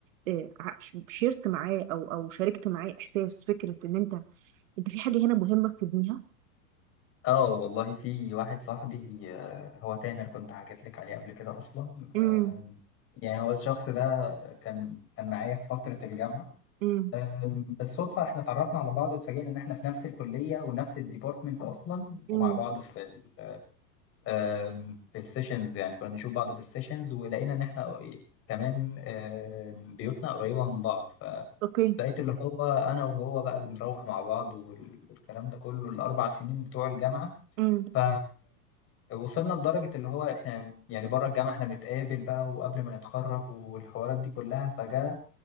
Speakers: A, on the right; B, on the left.
A: آه، ع- ش- شيرت معاه او او شاركت معاه احساس فكره ان انت انت في حاجه هنا مهمه تبنيها
B: اه والله في واحد صاحبي آه، هو تامر كنت حكيت لك عليه قبل كده اصلا آم،
A: امم
B: يعني هو الشخص ده كان كان معايا في فترة الجامعة
A: امم
B: أم، بالصدفة احنا اتعرفنا على بعض واتفاجئنا ان احنا في نفس الكلية ونفس الديبارتمنت اصلا ومع
A: امم
B: بعض في ال أم، في السيشنز يعني كنا بنشوف بعض في السيشنز ولقينا ان احنا كمان أم، بيوتنا قريبة من بعض فبقيت
A: اوكي
B: اللي هو انا وهو بقى بنروح مع بعض وال- والكلام ده كله الاربع سنين بتوع الجامعة
A: امم
B: ف وصلنا لدرجة اللي هو احنا يعني بره الجامعة احنا بنتقابل بقى وقبل ما نتخرج والحوارات دي كلها فجأة